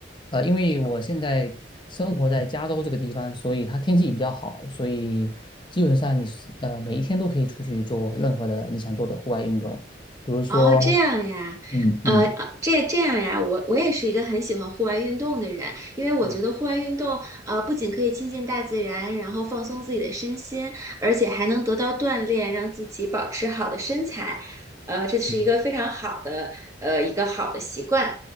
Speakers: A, on the left; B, on the right.
A: 呃，因为我现在生活在加州这个地方，所以它天气比较好，所以基本上你是呃每一天都可以出去做任何的你想做的户外运动，比如说，
B: 哦，这样呀，
A: 嗯嗯
B: 呃，呃这这样呀，我我也是一个很喜欢户外运动的人，因为我觉得户外运动，
A: 嗯
B: 呃，不仅可以亲近大自然，然后放松自己的身心，而且还能得到锻炼，让自己保持好的身材，呃，这是一个非常好的，
A: 嗯，
B: 呃，一个好的习惯。